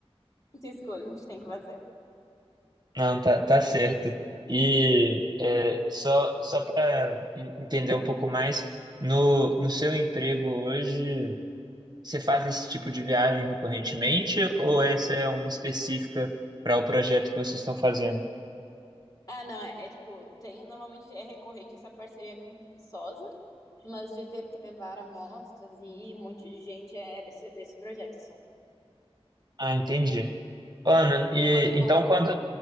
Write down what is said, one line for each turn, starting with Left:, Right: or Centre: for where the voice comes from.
Left: não tem escolha, a gente tem que fazer.
Right: Não, tá, tá certo. E é, só, só para entender um pouco mais, no, no seu emprego hoje, você faz esse tipo de viagem recorrentemente ou essa é uma específica para o projeto que vocês estão fazendo?
Left: Ah, não, é, é tipo, tem, normalmente é recorrente essa parceria com Viçosa, mas de ter que levar amostras e ir um monte de gente é desse, desse projeto só.
Right: Ah, entendi. Ana, e
Left: Quando é pouco.
Right: então quando,